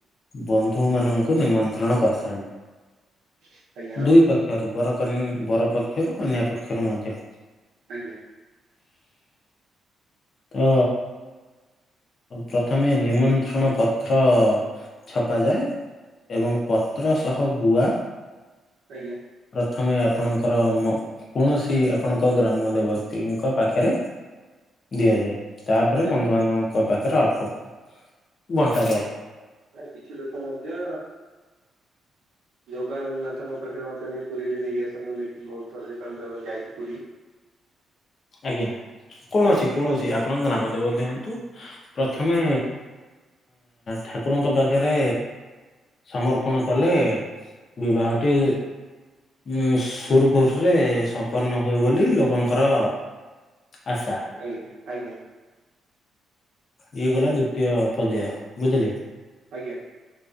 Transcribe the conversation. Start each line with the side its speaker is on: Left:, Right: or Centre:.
Left: ବନ୍ଧୁ ମାନଙ୍କୁ ନିମନ୍ତ୍ରଣ କରିଥାନ୍ତି।
Right: ଆଜ୍ଞା
Left: ଦୁଇ
Right: ହଁ
Left: ପକ୍ଷରୁ ବର ବର ପକ୍ଷରୁ କନ୍ୟା ପକ୍ଷରୁ ମଧ୍ୟ
Right: ଆଜ୍ଞା।
Left: ତ ପ୍ରଥମେ ନିମନ୍ତ୍ରଣ ପତ୍ର ଛପାଯାଏ ଏବଂ ପତ୍ର ସହ ଗୁଆ
Right: ଆଜ୍ଞା
Left: ପ୍ରଥମେ ଆପଣଙ୍କର କୌଣସି ଆପଣଙ୍କ ଗ୍ରାମ ଦେବତୀଙ୍କ ପାଖରେ ଦିଆଯାଏ ତାପରେ
Right: ଆଜ୍ଞା
Left: ବନ୍ଧୁବାନ୍ଧବଙ୍କ ପାଖରେ ଅଳ୍ପ ବଣ୍ଟାଯାଏ
Right: ଆ କିଛି ଲୋକ ମଧ୍ୟ ଜଗାନ୍ନାଥଙ୍କ ପାଖରେ <unintelligible> ପୁରୀରେ ଦେଇକି ଆସନ୍ତି ମୁଁଦେଖିଛି ବହୁତ ଥର ଯେତେବେଳେଁ ଯାଇଛି ପୁରୀ।
Left: ଆଜ୍ଞା କୌଣସି
Right: ଆଜ୍ଞା
Left: କୌଣସି ଆପଣଙ୍କ ଗ୍ରାମ ଦେବତି ହୁଅନ୍ତୁ ପ୍ରଥମେ
Right: ହୁଁ
Left: ଠାକୁରଙ୍କ ପାଖରେ ସମର୍ପଣ କଲେ ବିବାହଟି ଉଁ ସୁରୁଖୁରୁରେ ସମ୍ପନ୍ନ ହୁଏ ବୋଲି ଲୋକଙ୍କର ଆସା।
Right: ଆଜ୍ଞା ଆଜ୍ଞା।
Left: ଇଏ ଗଲା ଦ୍ଵିତୀୟ ପର୍ଯ୍ୟାୟ ବୁଝିଲେ
Right: ଆଜ୍ଞା